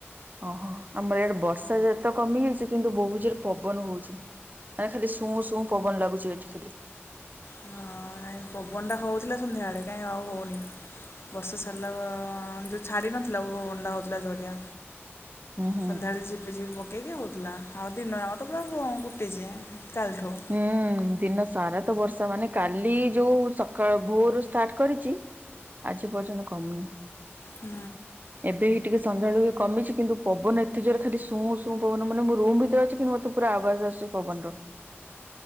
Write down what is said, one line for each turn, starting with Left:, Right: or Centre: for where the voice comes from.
Right: ଓହୋ, ଆମର ଇଆଡେ ବର୍ଷା ଯେତ କମି ଯାଇଛି କିନ୍ତୁ ବହୁତ ଜୋରରେ ପବନ ହଉଛି। ନେ ଖାଲି ଶୁଁ ସୁୁଁ ପବନ ଲାଗୁଛି ଏଇଠି ଖାଲି।
Left: ହଁ ନାଇଁ ପବନଟା ହଉଥିଲା ସନ୍ଧ୍ୟାବେଳେ କାଇଁ ଆଉ ହଉନି। ବର୍ଷ ସାଡିଲା ବ ଯଉ ଛାଡ଼ି ନଥିଲା ଅ ଅ ବନଟା ହେଉଥିଲା ଯୋରିଆ।
Right: ହୁଁ ହୁଁ।
Left: ସନ୍ଧ୍ୟାବେଳେ ଝିପିଝିପି ପକେଇକି ହଉଥିଲା ଆଉ ଦିନ ଜାକ ତ ପୁରା କୁଁ କୁଟିଛି କାଲଠୁ।
Right: ହୁଁ ଦିନ ସାରା ତ ବର୍ଷା ମାନେ କାଲି ଯୋଉ ସକାଳ ଭୋରୁୁ ଷ୍ଟାର୍ଟ କରିଛି। ଆଜି ପର୍ଯ୍ୟନ୍ତ କମୁନି।
Left: ହୁଁ।
Right: ଏବେ ହି ଟିକେ ସନ୍ଧ୍ୟାଳୁ କମିଛି କିନ୍ତୁ ପବନ ଏତେ ଜୋରେ ଖାଲି ଶୁଁ ଶୁଁ ପବନ ମାନେ ମୁଁ ରୁମ ଭିତରେ ଅଛି କିନ୍ତୁ ମତେ ପୁରା ଆବାଜ ଆସଛି ପବନର।